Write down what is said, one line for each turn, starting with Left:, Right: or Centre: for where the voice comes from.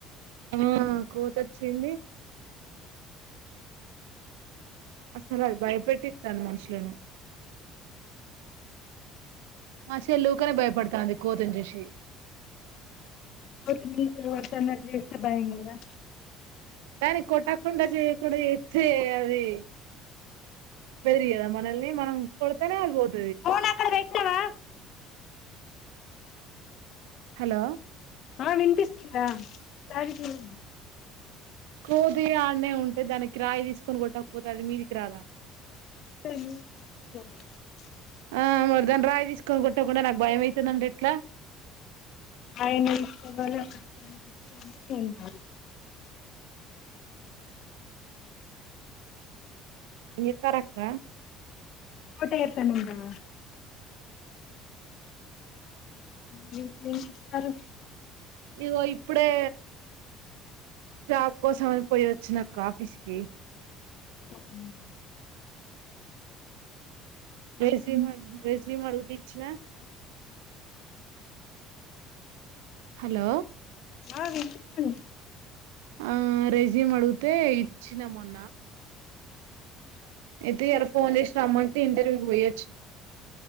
Right: మ్ కోతొచ్చింది. అస్సలు అది భయపెట్టిత్తాంది మనుషులను. షెల్ ఊకెనే భయపడుతాంది. కోతిని చూసి.
Left: కోతి మీకు ఎవరికన్న అట్ల చేస్తే, భయం కాదా?
Right: దాన్ని కొట్టకుండా, చేయకుండా చేత్తె అది, బెదిరియ్యద మనల్ని, మనం కొడితేనే అది పోత్
Left: ఫోన్ అక్కడ పెట్నావ?
Right: హలో
Left: అక్క వినిపిస్తుందా? అది కిలాన్
Right: కోతి ఆడ్నే ఉంటే, దానికి రాయి తీసుకొని కొట్టకపోతే, అది మీదికి రాదా అక్క?
Left: <unintelligible>
Right: ఆ మరి దాన్ని రాయి తీసుకొని కొట్టకుండా, నాకు భయం అయితుందంటే ఎట్లా?
Left: ఆయన్ని తీసుకోవాలో <unintelligible> ఏం కాదు.
Right: ఏం చేత్తారక్క?
Left: ఆకలైతాందంట. మల్లి ఏం చెత్తారు?
Right: ఇగొ ఇప్పుడే, జాబ్ కోసం అని పోయచ్ చ్చిన అక్క ఆఫీస్కి.
Left: అవునా
Right: రెస్యూమ్ అడి, రెస్యూమ్ అడిగితే ఇచ్చిన. హలో
Left: ఆ వినిపిస్తుంది.
Right: ఆ రెస్యూమ్ అడుగుతే ఇచ్చిన మొన్న. అయితే, ఇయాల ఫోన్ చేసి రమ్మంటే ఇంటర్వ్యూ కి పోయొచ్చిన.